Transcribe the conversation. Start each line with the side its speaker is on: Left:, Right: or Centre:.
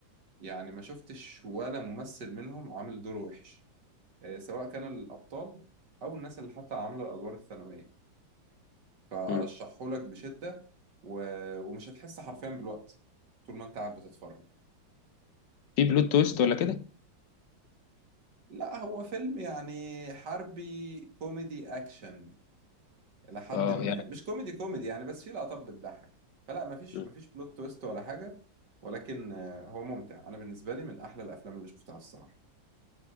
Right: يعني ما شفتش ولا ممثل منهم عامل دور وحش آه، سواء كان الأبطال أو الناس اللي حتى عاملة الأدوار الثانوية فأرشحهولك
Left: مم.
Right: بشدة و... ومش هتحس حرفيا بالوقت طول ما أنت قاعد بتتفرج
Left: في بلوت تويست ولا كده؟
Right: لا هو فيلم يعني حربي كوميدي اكشن الى حد
Left: اه
Right: ما
Left: يعني
Right: مش كوميدي كوميدي يعني بس فيه لقطات بتضحك فلا مفيش
Left: مم.
Right: مفيش بلوت تويست ولا حاجه ولكن آه، هو ممتع انا بالنسبه لي من احلى الافلام اللي شفتها الصراحه